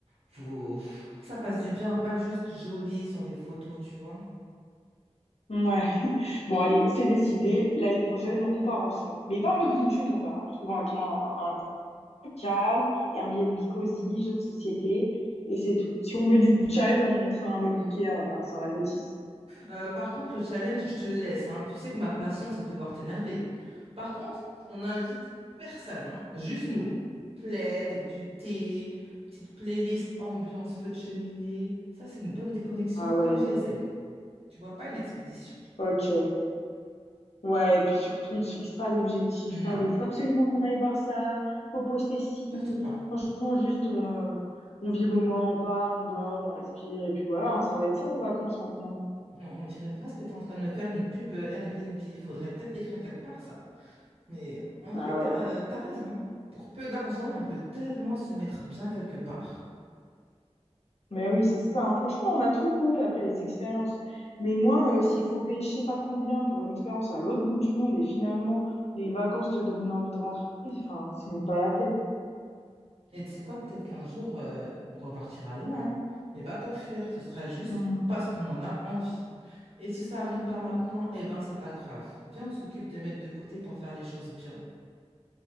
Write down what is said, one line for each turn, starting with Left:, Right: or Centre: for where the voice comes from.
Right: faut, faut que ça passe du bien, pas juste joli sur les photos, tu vois.
Left: Ouais. Bon, allez, c'est décidé. L'année prochaine, on part ensemble. Mais pas à
Right: Ah.
Left: l'autre bout du monde, hein. On se trouve un coin, un coin calme, Airbnb cosy, jeux de société, et c'est tout. Si on veut du challenge, on montre un meuble Ikea, voilà, sans la notice.
Right: Euh, par contre, le challenge, je te le laisse, hein. Tu sais que ma passion, c'est de te voir t'énerver. Par contre, on n'invite personne, hein. Juste nous. Plaid, du thé, petite playlist, ambiance, feu de cheminée. Ça, c'est une bonne déconnexion
Left: Ah
Right: comme
Left: ouais.
Right: je les aime. Tu vois, pas une expédition.
Left: Ok. Ouais, et puis surtout, on se fixe pas d'objectif, pas
Right: Non,
Left: de faut absolument qu'on aille voir ça, faut poster ci.
Right: surtout pas.
Left: Franchement, juste, on, euh, on vit le moment, on part, on dort, on respire, et puis voilà, hein, ça va être ça nos vacances maintenant.
Right: On, on dirait presque que tu es en train de me faire une pub euh, Airbnb. Il faudrait peut-être l'écrire quelque part, ça. Mais en vrai,
Left: Ah ouais.
Right: t'as, t'as raison. Pour peu d'argent, on peut tellement se mettre bien quelque part.
Left: Mais oui, c'est ça. hein. Franchement, on a trop couru après les expériences. Mais moi, euh, s'il faut payer je sais pas combien pour une expérience à l'autre bout du monde et finalement, les vacances te donnent une envie de rentrer, enfin, c'est même pas la peine.
Right: Et tu sais quoi, peut-être qu'un jour, euh, on repartira loin, hein, mais pas pour fuir, ce sera juste
Left: Hmm.
Right: parce qu'on en a envie. Et si ça arrive pas maintenant, eh ben c'est pas grave. Viens, on s'occupe de mettre de côté pour faire les choses bien.